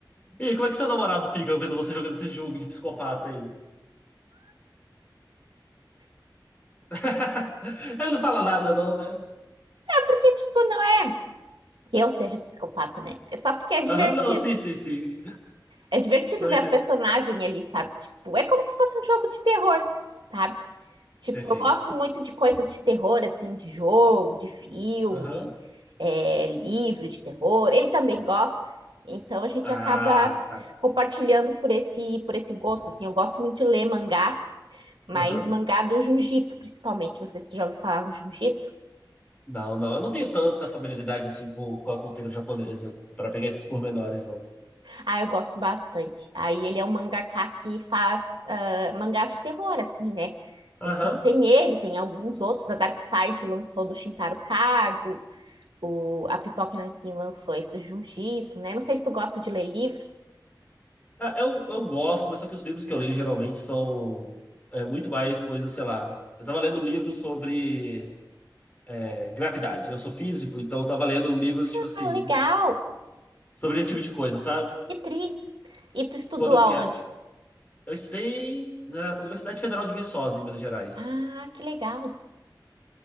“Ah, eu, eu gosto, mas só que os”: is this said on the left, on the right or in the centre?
Left